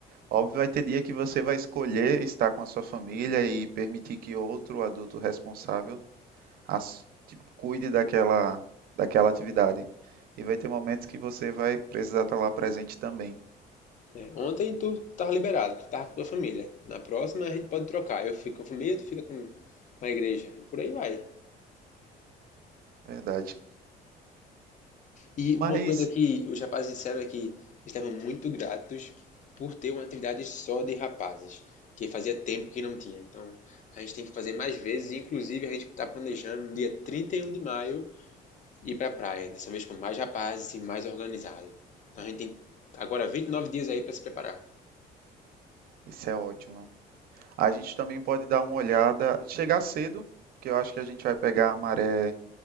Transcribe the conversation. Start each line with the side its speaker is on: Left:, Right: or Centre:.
Right: Óbvio, vai ter dia que você vai escolher estar com a sua família e permitir que outro adulto responsável ass- tipo, cuide daquela, daquela atividade. E vai ter momentos que você vai precisar estar lá presente também,
Left: né? Ontem tu tava liberado, tu tava com tua família. Na próxima a gente pode trocar. Eu fico com a família, tu fica com, com a igreja. E por aí vai.
Right: verdade.
Left: E
Right: Mas
Left: uma coisa que os rapazes disseram é que estavam muito gratos por ter uma atividade só de rapazes. Que fazia tempo que não tinha. Então a gente tem que fazer mais vezes. Inclusive a gente está planejando no dia 31 de maio ir pra praia, dessa vez com mais rapazes e mais organizado. Então a gente tem agora 29 dias aí pra se preparar.
Right: isso é ótimo. A gente também pode dar uma olhada, chegar cedo, porque eu acho que a gente vai pegar a maré